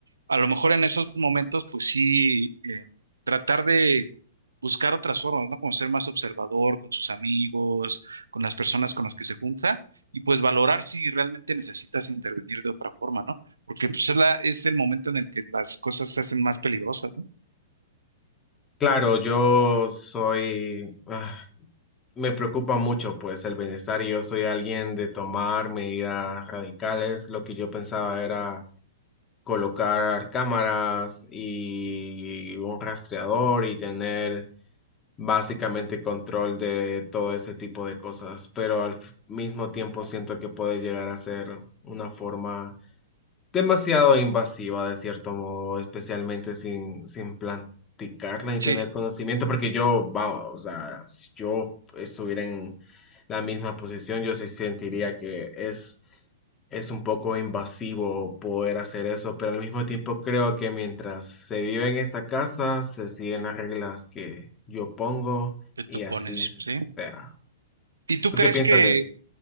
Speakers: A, on the right; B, on the left.
A: A lo mejor en esos momentos, pues sí, eh, tratar de buscar otras formas, ¿no? Como ser más observador con sus amigos, con las personas con las que se junta, y pues valorar si realmente necesitas intervenir de otra forma, ¿no? Porque pues es la, es el momento en el que las cosas se hacen más peligrosas, ¿no?
B: Claro, yo soy, ah, me preocupa mucho pues el bienestar y yo soy alguien de tomar medidas radicales. Lo que yo pensaba era colocar cámaras y un rastreador y tener básicamente control de todo ese tipo de cosas, pero al f- mismo tiempo siento que puede llegar a ser una forma demasiado invasiva de cierto modo, especialmente sin, sin platicarla y
A: Sí,
B: tener conocimiento, porque yo, va, o sea, si yo estuviera en la misma posición, yo sí sentiría que es es un poco invasivo poder hacer eso, pero al mismo tiempo creo que mientras se vive en esta casa, se siguen las reglas que yo pongo
A: que tú
B: y así
A: pones, ¿sí?
B: será.
A: ¿Y tú
B: ¿Tú
A: crees
B: qué piensas
A: que
B: de eso?